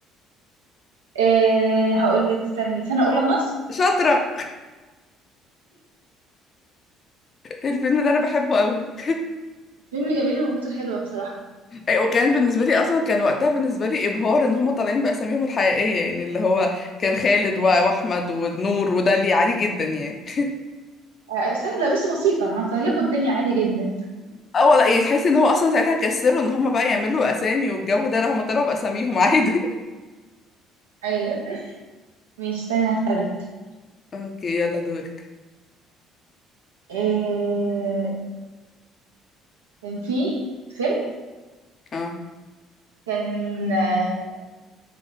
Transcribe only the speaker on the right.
إيه هقول لك استني سنة أولى مصر
فيلم جميل وأغنيته حلوة بصراحة
آه، سنة لا بصي بسيطة هنسهل لكم الدنيا عادي جدا
أيوة مش استني هسألك
آه، كان في فيلم
كان آه،